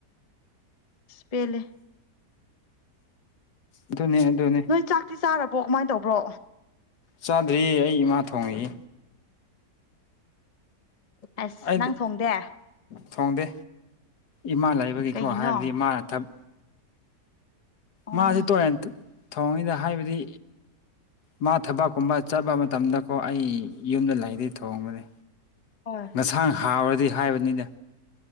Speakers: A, on the left; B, on the left.
A: ꯄꯦꯂꯦ
B: ꯑꯗꯨꯣꯅꯦ ꯑꯗꯨꯅꯦ
A: ꯅ ꯆꯥꯛꯇꯤ ꯆꯥꯔꯕꯣ ꯀꯃꯥꯏꯅ ꯇꯧꯕ꯭ꯔꯣ
B: ꯆꯥꯗ꯭ꯔꯤꯌꯦ ꯑꯩ ꯏꯃꯥ ꯊꯣꯡꯉꯛꯏ
A: ꯑꯁ
B: ꯑꯩꯗꯤ
A: ꯅꯪ ꯊꯣꯡꯗꯦ
B: ꯊꯣꯡꯗꯦ ꯏꯃꯥ ꯂꯩꯕꯒꯤꯀꯣ
A: ꯀꯩꯒꯤꯅꯣ
B: ꯍꯥꯏꯕꯗꯤ ꯏꯃꯥꯅ ꯊꯞ
A: ꯑꯣ
B: ꯃꯥꯁꯤ ꯇꯨꯔꯦꯟ ꯊꯧꯉꯩꯗ ꯍꯥꯏꯕꯗꯤ ꯃꯥ ꯊꯕꯛꯀꯨꯝꯕ ꯆꯠꯄ ꯃꯇꯝꯗꯀꯣ ꯑꯩ ꯌꯨꯝꯗ ꯂꯩꯗꯒꯤꯩ ꯊꯣꯡꯕꯅꯦ
A: ꯍꯣꯏ
B: ꯉꯁꯥꯡ ꯍꯥꯎꯔꯗꯤ ꯍꯥꯏꯕꯅꯤꯗ